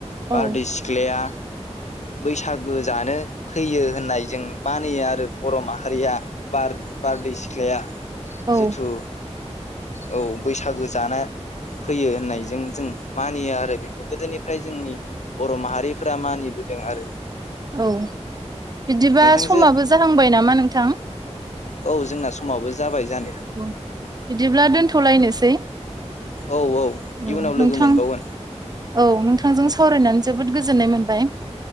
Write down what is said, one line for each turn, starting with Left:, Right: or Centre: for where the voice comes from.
Right: औ
Left: बारदै सिख्लाया बैसागो जानो फैयो होननाय जों मानियो आरो बर' माहारिया बार बारदै सिख्लाया
Right: औ
Left: जिथु औ बैसागो जानो फैयो होननायजों जों मानियो आरो बेखौ गोदोनिफ्राय जोंनि बर' माहारिफोरा मानिबोदों आरो
Right: औ बिदिबा
Left: नोंथांजो
Right: समाबो जाहांबाय नामा नोंथां?
Left: औ जोंना समावबो जाबाय। जानाया
Right: औ बिदिब्ला दोनथ'लायनो सै।
Left: औ
Right: औ
Left: इयुनाव लोगो
Right: नोंथां
Left: मोनबावगोन
Right: औ नोंथांजों सावरायनानै जोबोद गोजोननाय मोन बाय।